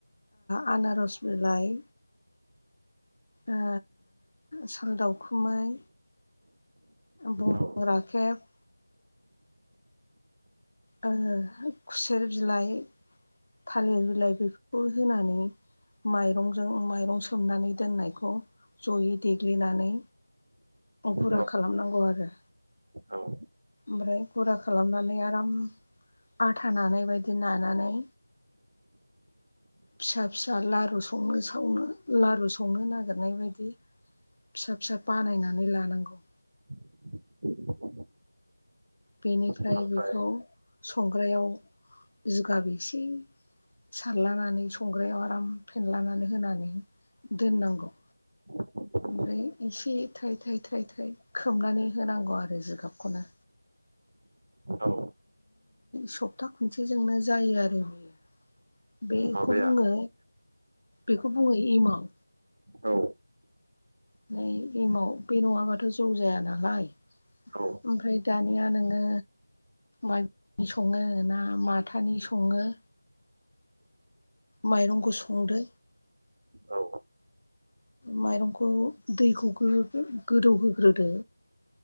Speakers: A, on the left; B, on the right.
A: आनारस बिलाइ। आ‌ साल दावखुमै। बुंफां
B: औ
A: राखेब। ओ खुसेर बिलाइ। थालिर बिलाइ बेफोरखौ होनानै। माइरंजों माइरं सोमनानै दोननायखौ जयै देग्लिनानै। गुरा
B: औ
A: खालामनांगौ आरो।
B: औ
A: ओमफ्राय गुरा खालामनानै आराम। आथा नानाय बायदि नानानै। फिसा फिसा लारु संनो सावनो लारु संनो नागिरनाय बायदि। फिसा फिसा बानायनानै लानांगौ।
B: <inaudible>
A: बेनिफ्राय
B: ओमफ्राय
A: बेखौ संग्रायाव जिगाब एसे सारलानानै संग्रायाव आराम फेनलानानै होनानै दोननांगौ।
B: <inaudible>
A: ओमफ्राय एसे थाइ थाइ थाइ थाइ खोबनानै होनांगौ आरो जिगाबखौनो।
B: औ
A: सप्ता खनसेजोंनो जायो आरो बेयो। बेखौ
B: माबाया
A: बुङो बेखौ बुङो एमाव।
B: औ
A: फ्राय एमाव बे नङाबाथ' जौ जाया नालाय।
B: औ
A: ओमफ्राय दानिया नोङो माइब्रानि सङो ना माथानि सङो। माइरंखौ संदो।
B: औ
A: माइरंखौ दैखौ गोदौहोग्रोदो।